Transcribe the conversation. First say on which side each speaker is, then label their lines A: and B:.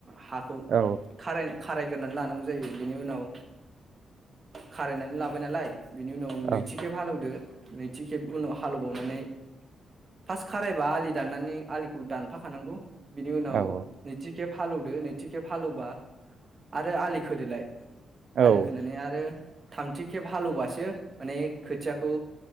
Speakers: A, on the right; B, on the right.
A: हाखौ
B: औ
A: खार खारायगोरानै लानांगौ जायो बेनि उनाव खारायनानै लाबाय नालाय । बिनि उनाव नैथिखेब
B: औ
A: हाल एवनो नैथि खेब उनाव हालएवबावनानै फार्स्ट खारायबा आलि दाननानै आलिखौ दानफाखानांगौ। बिनि उनाव
B: औ
A: नैथि खेब हालौवदो नैथि खेब हालौबा आरो आलि खोदोलाय।
B: औ
A: आलि खोनानै आरो थामथि खेब हालेवबासो माने खोथियाखौ